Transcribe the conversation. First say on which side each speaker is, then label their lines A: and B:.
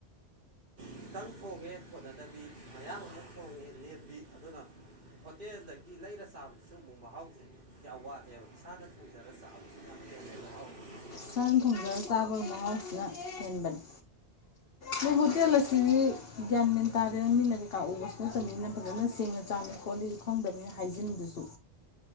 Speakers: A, on the right; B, on the left.
A: ꯈꯤꯇꯪ ꯊꯣꯡꯉꯦ ꯀꯣꯟꯅꯗꯕꯤ ꯃꯌꯥꯝ ꯑꯃꯨꯛ ꯊꯣꯡꯉꯦ ꯂꯦꯝꯕꯤ ꯑꯗꯨꯅ ꯍꯣꯇꯦꯜꯗꯒꯤ ꯂꯩꯔ ꯆꯥꯕꯁꯤꯁꯨꯕ ꯃꯨꯛ ꯃꯍꯥꯎꯁꯦ ꯀꯌꯥ ꯋꯥꯠꯂꯤꯦ ꯑꯦꯕ ꯏꯁꯥꯅ ꯊꯣꯡꯖꯔꯒ ꯆꯥꯕꯁꯨ ꯅ ꯌꯥꯝ ꯍꯦꯜ ꯂꯦ ꯍꯥꯎꯕ
B: ꯏꯁꯅ ꯊꯣꯡꯖꯔꯒ ꯆꯥꯕꯒꯤ ꯃꯍꯥꯎꯁꯤꯅ ꯍꯦꯟꯕꯅꯤ ꯅꯣꯏ ꯍꯣꯇꯦꯜ ꯑꯁꯤꯗꯤ ꯒ꯭ꯌꯥꯟ ꯃꯦꯟ ꯇꯥꯔꯦ ꯃꯤꯅ ꯀꯩꯀꯥ ꯎꯕꯁꯨ ꯅꯠꯇꯕꯅꯤꯅ ꯐꯖꯅ ꯁꯦꯡꯅ ꯆꯥꯝꯃꯤ ꯈꯣꯠꯂꯤ ꯈꯪꯗꯕꯅꯤꯅ ꯍꯥꯏꯖꯤꯟꯗꯨ ꯁꯨ